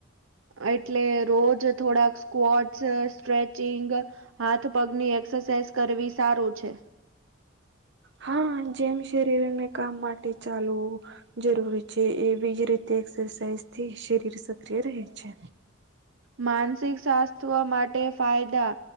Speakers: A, on the right (about 75°); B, on the right (about 60°).
A: એટલે રોજ થોડાક સ્કોટ્સ છે સ્ટ્રેચ. સ્ટેચ હાથ પગની એક્સરસાઇઝ કરવી સારું છે
B: હા જેમ શરીર ને કામ માટે ચાલવું. જરૂરી છે એ બીજ રીતે એક્સરસાઇઝ થી શરીર સક્રિય રહે છે.
A: માનસિક સ્થવ માટે ફાયદા.